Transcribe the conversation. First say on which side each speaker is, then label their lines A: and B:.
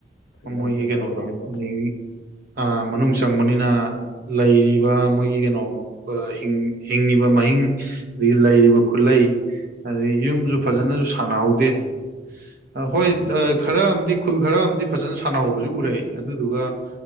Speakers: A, on the right (about 55°); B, on the left (about 75°).
A: ꯑꯃꯣꯏꯒꯤ
B: ꯃꯅꯨꯡꯗ
A: ꯀꯩꯅꯣꯗꯣ
B: ꯆꯪꯕꯅꯤꯅꯀꯣ
A: ꯑꯗꯒꯤ ꯑ ꯃꯅꯨꯡ ꯆꯪꯕꯅꯤꯅ ꯂꯩꯔꯤꯕ ꯃꯣꯏꯒꯤ ꯀꯩꯅꯣ <unintelligible> ꯍꯤꯡ ꯍꯤꯡꯉꯤꯕ ꯃꯍꯤꯡ ꯑꯗꯒꯤ ꯂꯩꯔꯤꯕ ꯈꯨꯂꯩ ꯑꯗꯩ ꯌꯨꯝꯖꯨ
B: ꯃꯥꯅꯦ
A: ꯐꯖꯅꯁꯨ ꯁꯥꯟꯅꯍꯧꯗꯦ ꯑ ꯍꯣꯏ
B: ꯎꯝ
A: ꯗ ꯈꯔ ꯑꯃꯗꯤ ꯈꯨꯜ ꯈꯔ ꯑꯃꯗꯤ ꯐꯖꯅ ꯁꯥꯟꯅꯍꯧꯕꯁꯨ ꯎꯔꯛꯑꯦ ꯑꯗꯨꯗꯨꯒ